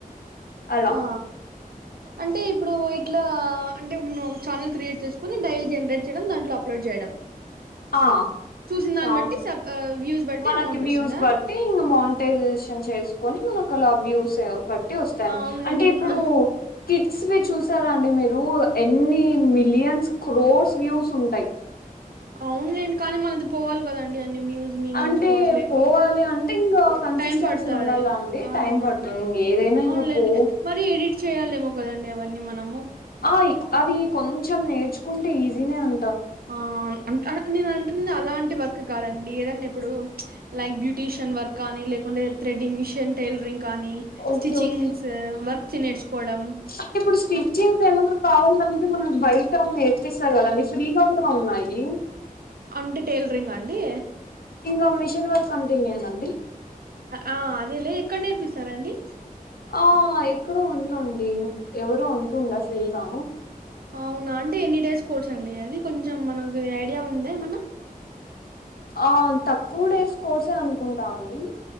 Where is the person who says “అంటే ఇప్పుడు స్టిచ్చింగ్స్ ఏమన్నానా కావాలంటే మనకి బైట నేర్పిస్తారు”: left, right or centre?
Left